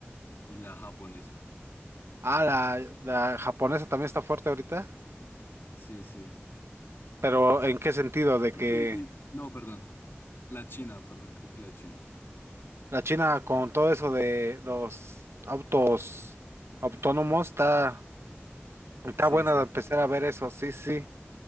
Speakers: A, on the left (about 60°); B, on the right (about 70°).
A: y la japonesa.
B: Ah, la, la japonesa también está fuerte ahorita.
A: Sí, sí.
B: Pero ¿en qué sentido? De que
A: Y, y- no, perdón. La China, perdón, creo que la China.
B: la China con todo eso de los autos autónomos está, está
A: Sí,
B: buena
A: está.
B: de empezar
A: fuerte.
B: a ver eso. Sí, sí,